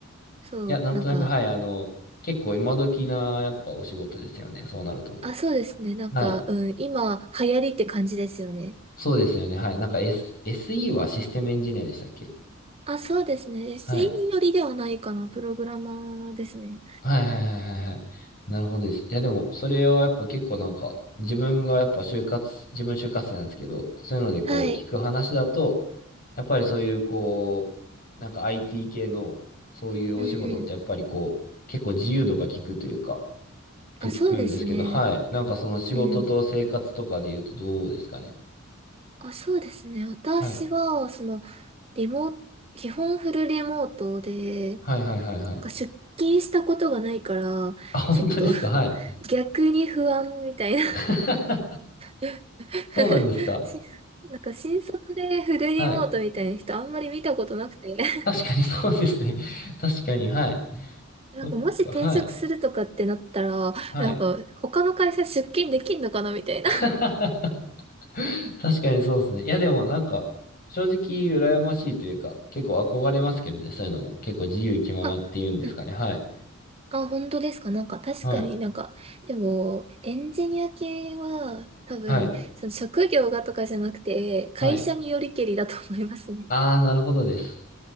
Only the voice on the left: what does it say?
いや、なんとなく、
はい。あの、結構今時な、やっぱお仕事ですよね。そうなると。
はい。
そうですよね。はい。なんか、S、SE はシステムエンジニアでしたっけ
はい。
はいはいはいはいはい。なるほどです。いや、でも、それはやっぱ結構なんか、自分がやっぱ就活、自分就活生なんですけど、そういうのでこう、
聞く話だと、やっぱりそういうこう、なんか IT 系のそういうお仕事ってやっぱりこう、
結構自由度が効くというか、って聞くんですけど、
はい。なんかその仕事と生活とかで言うとどうですかね。
はい。
はいはいはいはい。
あ、本当ですかはい。
<laughs>
そうなんですか
はい。
確かにそうですね。<laughs> 確かに、はい。
そっか、はい。はい。
<laughs> <laughs> 確かにそうですね。いや、でもなんか、正直羨ましいというか、結構憧れますけどね、そういうのも。結構自由気ままっていうんですかね。
はい。
はい。
はい。
はい。ああ、なるほどです。